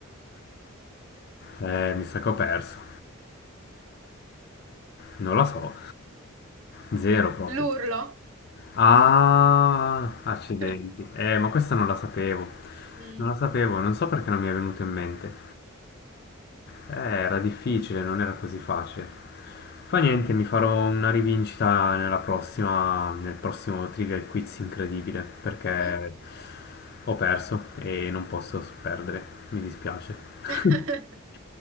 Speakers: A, on the left (about 50°); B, on the right (about 75°).
A: Eh, mi sa che ho perso. Non lo so. Zero proprio.
B: L'urlo?
A: Ah, accidenti.
B: <laughs>
A: Eh, ma questa non la sapevo.
B: Mm.
A: Non la sapevo, non so perché non mi è venuto in mente. Eh, era difficile, non era così facile. Fa niente, mi farò una rivincita nella prossima, nel prossimo Trivial Quiz incredibile, perché
B: Mm.
A: ho perso e non posso perdere. Mi dispiace. <laughs>
B: <laughs>